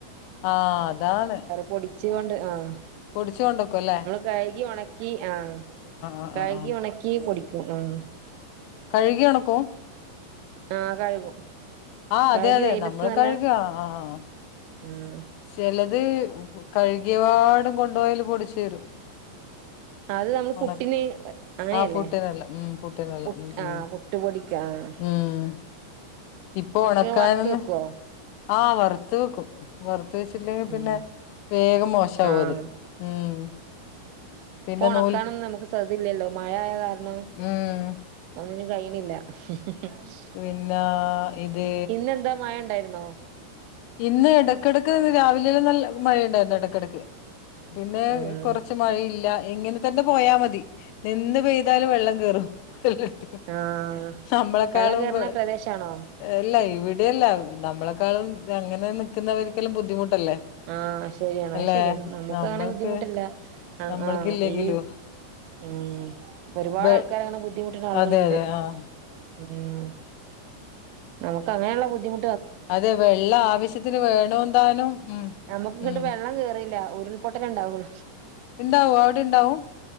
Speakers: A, on the left; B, on the right.
A: ആഹ് അതാണ്
B: പൊടിച്ച്കാണ്ട് ആഹ്
A: പൊടിച്ച് കൊണ്ടെക്കും ല്ലേ?
B: കഴുകി ഒണക്കി ആഹ്
A: ആഹ്
B: കഴുകി
A: ആഹ് ആഹ്
B: ഒണക്കി പൊടിക്കും ആഹ്
A: കഴുകി ഒണക്കും
B: ആഹ് കഴുകും
A: ആഹ്
B: കഴുകി
A: അതെ അതെ
B: വെയിലത്ത്
A: നമ്മള്
B: നല്ല
A: കഴുകി ആഹ് ആഹ് ആഹ്
B: ഉം
A: ചെലത് കഴുകിയപാടും കൊണ്ടോയാല് പൊടിച്ച് തരും
B: അത് നമ്മള്
A: ഉണക്ക്
B: പുട്ടിന് അങ്ങനെയല്ലേ
A: ആ പുട്ടിനെല്ലാം ഉം പുട്ടിനെല്ലാം
B: പുട്ട്
A: ഉം ഉം
B: ആഹ് പു ട്ട് പൊടിക്ക ആഹ്
A: ഉം ഇപ്പൊ ഒണക്കാനൊന്ന്
B: വറുത്ത് വെക്കുവോ
A: ആഹ് വറ്ത്ത് വെക്കും വറ്ത്ത് വെച്ചില്ലെങ്കി പിന്നെ
B: ഉം
A: വേഗം മോശാവൊത്.
B: ആഹ്
A: ഉം പിന്നെ
B: പ്പൊണക്കാനൊന്നും
A: നൂൽ
B: നമുക്ക് സത് ല്ലല്ലോ. മഴായ കാരണം
A: ഉം
B: ഒന്നിനും കയ്യ്ണില്ല. <unintelligible>
A: പിന്നെ ഇത്
B: ഇന്നെന്താ മഴണ്ടായിര്ന്നോ
A: ഇന്ന് എടക്കെടക്ക് ന്ന് രാവിലൊരു നല്ല മഴയുണ്ടായിരുന്നു എടക്കെടക്ക്. പിന്നേ
B: ഉം
A: കൊറച്ച് മഴയില്ല എങ്ങനെ തന്നെ പോയാ മതി. നിന്ന് പെയ് തയാലും വെള്ളം കേറും. <unintelligible>
B: ആഹ്
A: നമ്മളെക്കാളും
B: വെള്ളം കേറുന്ന
A: മ്പ്
B: പ്രദേശാണോ
A: എല്ല, ഇവിടെല്ല നമ്മളെക്കാളും ത അങ്ങനെ നിക്ക്ന്നവർക്കെല്ലാം ബുദ്ധിമുട്ടല്ലേ
B: ആഹ്, ശരിയാണ്
A: അല്ലെ
B: അയ് ശരിയാണ്. നമുക്ക്
A: നമ്മൾക്ക്
B: ആണെ ബുദ്ധിമുട്ടില്ല. ആ
A: നമ്മൾക്കില്ലെങ്കിലും
B: ആ ഈ ഉം ഒരുപാട്
A: വെ
B: ആൾക്കാരങ്ങനെ ബുദ്ധ് ദ്ധിമുട്ട്ണ ആളുകളുണ്ട്.
A: അതെ അതെ ആഹ്
B: ഉം നമുക്ക് അങ്ങനെള്ള ബുദ്ധിമു
A: അതെ, വെള്ള ആവശ്യത്തിന് വേണോന്താനും. ഉം
B: ഞമ്മക്ക് ങ്ങട്ട്
A: ഉം
B: വെള്ളം കേറില്ല. ഉരുൾപൊട്ടലേ ണ്ടാവൊൾ.
A: ണ്ടാവോ, അവിടെ ണ്ടാവും?